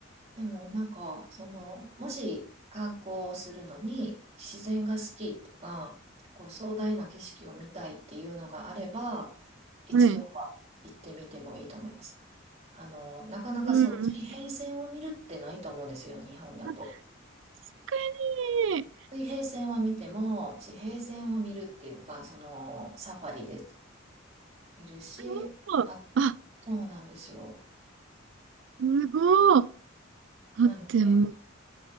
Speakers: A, on the right; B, on the right.
A: でもなんか、その、もし観光をするのに自然が好きとか、こう壮大な景色を見たいっていうのがあれば、一度は行ってみてもいいと思います。
B: はい。
A: あの、なかなかそう、
B: うん。
A: 地平線を見るってないと思うんですよ、日本だと。
B: 確かに。
A: 水平線は見ても、地平線を見るっていうか、その、サファリで見るし、
B: なるほど。
A: あ、
B: あ、
A: そうなんですよ。
B: すごい。だってもう、
A: なので、